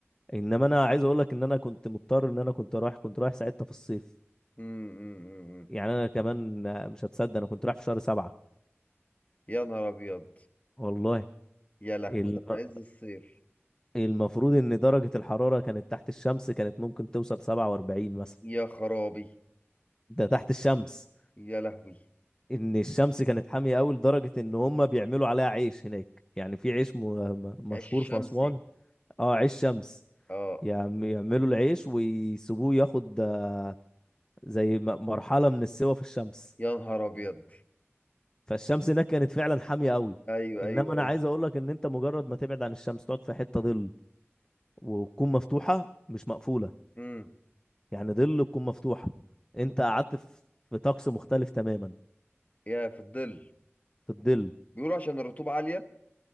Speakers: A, on the left (about 15°); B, on the left (about 35°).
A: انما انا عايز اقول لك ان انا كنت مضطر ان انا كنت رايح كنت رايح ساعتها في الصيف
B: أمم، أمم، أمم.
A: يعني انا كمان آه، مش هتصدق انا كنت رايح في شهر سبعة
B: يا نهار أبيض
A: والله
B: يا لهوي
A: الم...
B: ده في عز الصيف
A: المفروض ان درجه الحراره كانت تحت الشمس كانت ممكن توصل 47 مثلا
B: يا خرابي
A: ده تحت الشمس
B: يا لهوي
A: ان الشمس كانت حاميه قوي لدرجه ان هم بيعملوا عليها عيش هناك يعني في عيش م... م-
B: عيش
A: مشهور
B: الشمسي
A: في اسوان اه عيش شمس
B: اه
A: يعم- يعملوا العيش ويسيبوه ياخد آه، زي م- مرحلة من السوا في الشمس
B: يا نهار ابيض
A: فالشمس هناك كانت فعلا حامية قوي
B: ايوه
A: انما
B: ايوه
A: انا
B: ايوه
A: عايز اقول لك ان انت مجرد ما تبعد عن الشمس تقعد في حتة ظل وتكون مفتوحة مش مقفولة
B: امم
A: يعني ظل تكون مفتوحة انت قعدت في في طقس مختلف تماما
B: يا في الظل
A: في الظل
B: بيقولوا عشان الرطوبه عاليه